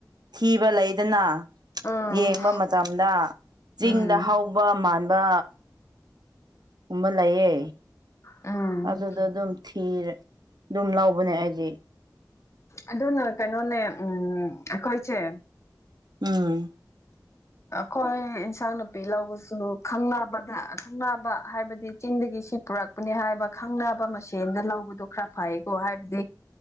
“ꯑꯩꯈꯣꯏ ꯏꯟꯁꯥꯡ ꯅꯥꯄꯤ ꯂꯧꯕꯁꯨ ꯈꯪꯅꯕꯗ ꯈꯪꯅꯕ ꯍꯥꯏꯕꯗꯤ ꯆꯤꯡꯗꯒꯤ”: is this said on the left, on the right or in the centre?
Left